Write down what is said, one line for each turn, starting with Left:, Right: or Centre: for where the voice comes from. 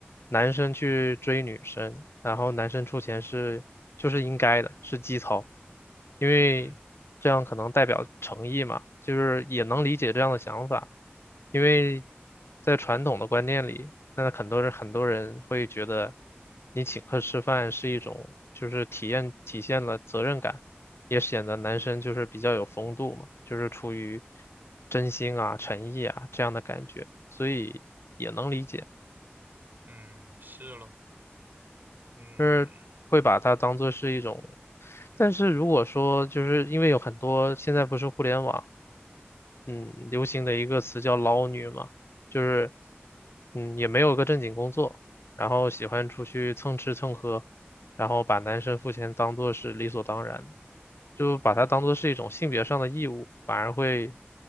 Left: 男生去追女生，然后男生出钱是就是应该的，是基操，因为这样可能代表诚意嘛，
Right: 嗯
Left: 就是也能理解这样的想法，因为在传统的观念里。那很多人很多人会觉得，你请客吃饭是一种，就是体验体现了责任感，也显得男生就是比较有风度嘛，就是出于真心啊、诚意啊这样的感觉，所以也能理解，
Right: 嗯，是咯，嗯。
Left: 就是会把它当做是一种。但是如果说就是因为有很多现在不是互联网。嗯流行的一个词叫“捞女”嘛，就是嗯也没有个正经工作，然后喜欢出去蹭吃蹭喝，然后把男生付钱当做是理所当然的，就把它当做是一种性别上的义务，反而会